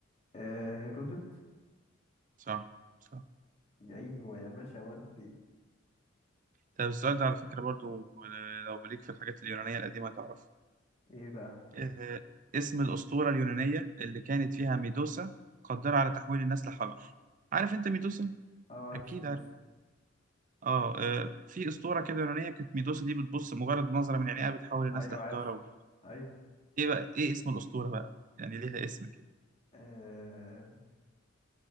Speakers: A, on the left (about 35°); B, on the right (about 40°).
A: آه، هيرودوت
B: صح صح
A: ايوه يا باشا ودي
B: طب السؤال ده على فكرة برضو آه، لو ليك في الحاجات اليونانية القديمة تعرفه
A: ايه بقى
B: آه، اسم الأسطورة اليونانية اللي كانت فيها ميدوسا قدرة على تحويل الناس لحجر عارف أنت ميدوسا؟
A: اه عارف
B: أكيد
A: ندوس
B: عارف آه آه، في أسطورة كده يونانية كانت ميدوسا دي بتبص مجرد نظرة من عينيها بتحول الناس
A: ايوه
B: لحجارة
A: عارف
B: وجو
A: ايوه
B: إيه بقى إيه اسم الأسطورة بقى؟ يعني ليها اسم كده
A: آه